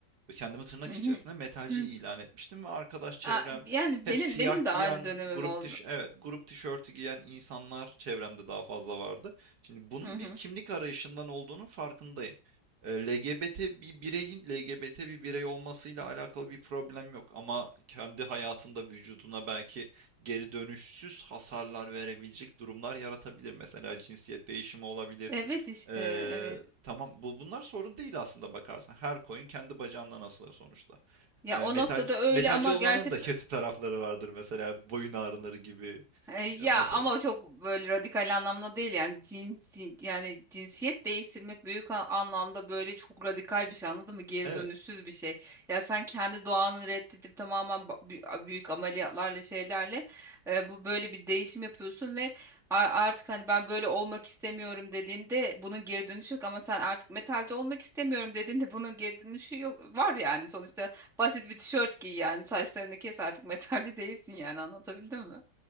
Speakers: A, on the right; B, in the centre.
A: kendimi tırnak
B: Hı
A: içerisinde
B: hı.
A: metalci
B: Hı.
A: ilan etmiştim ve arkadaş çevrem
B: Aa, Yani
A: hep
B: benim
A: siyah
B: benim de
A: giyen,
B: aynı dönemim
A: grup
B: oldu.
A: tiş evet, grup tişörtü giyen insanlar çevremde daha fazla vardı. Şimdi bunun
B: Hı hı.
A: bir kimlik arayışından olduğunun farkındayım. E, LGBT bir bireyin LGBT bir birey olmasıyla alakalı bir problem yok ama kendi hayatında vücuduna belki geri dönüşsüz hasarlar verebilecek durumlar yaratabilir. Mesela cinsiyet değişimi olabilir
B: Evet işte
A: Eee,
B: evet.
A: tamam bu bunlar sorun değil aslında bakarsan. Her coin kendi bacağından asılır sonuçta.
B: Ya
A: Eee,
B: o
A: metalci,
B: noktada öyle
A: metalci
B: ama
A: olmanın
B: gerçek
A: da kötü tarafları vardır mesela boyun ağrıları gibi
B: E, Ya
A: Ya mesela.
B: ama o çok böyle radikal anlamda değil yani cinsi, yani cinsiyet değiştirmek büyük a- anlamda böyle çok radikal bir şey anladın mı? Geri
A: Evet.
B: dönüşsüz bir şey. Ya sen kendi doğanı reddedip tamamen ba- bü- büyük ameliyatlarla şeylerle e, bu böyle bir değişim yapıyorsun ve a- artık hani ben böyle olmak istemiyorum dediğinde bunun geri dönüşü yok ama sen artık metalci olmak istemiyorum dediğinde bunun geri dönüşü yok var yani sonuçta basit bir tişört giy yani saçlarını kes artık metalci değilsin yani anlatabildim mi?